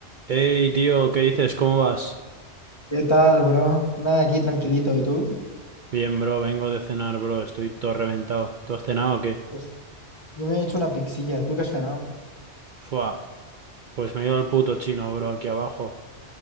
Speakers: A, on the right; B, on the left.
A: Hey, tío, ¿qué dices? ¿Cómo vas?
B: ¿Qué tal, bro? Nada, aquí tranquilito. ¿Y tú?
A: Bien, bro, vengo de cenar, bro, estoy todo reventado. ¿Tú has cenado o qué?
B: Pues, Yo me he hecho una pixilla. ¿Tú qué has cenado?
A: Fua, pues me he ido al puto chino, bro, aquí abajo.